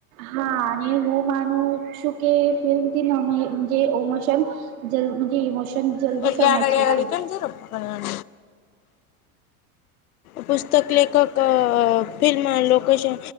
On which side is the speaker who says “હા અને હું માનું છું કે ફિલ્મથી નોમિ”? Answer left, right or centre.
Right